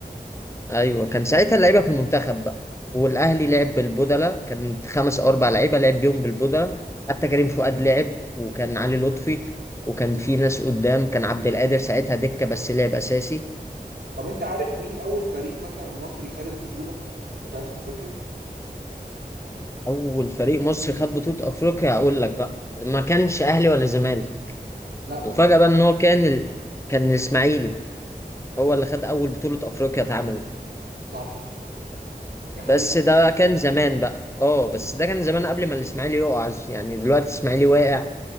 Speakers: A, on the left; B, on the right.
A: ايوه كان ساعتها اللعيبه في المنتخب بقى والاهلي لعب بالبودلة كانت خمس او اربع لعيبه لعب بيهم بالبودلة حتى كريم فؤاد لعب وكان علي لطفي وكان في ناس قدام كان عبد القادر ساعتها دكه بس لعب اساسي
B: طب انت عارف مين اول فريق مثلا مصري خد البطولة بتاعت افريقيا؟
A: اول فريق مصري خد بطولة افريقيا اقول لك بقى ما كانش اهلي ولا زمالك
B: لا ما
A: وفجأة
B: كان
A: بقى ان هو كان ال... كان الاسماعيلي هو اللي خد اول بطولة افريقيا اتعملت
B: صح دي حقيقة
A: بس ده كان زمان بقى اه بس ده كان زمان قبل ما الاسماعيلي يقع يعني دلوقتي الاسماعيلي واقع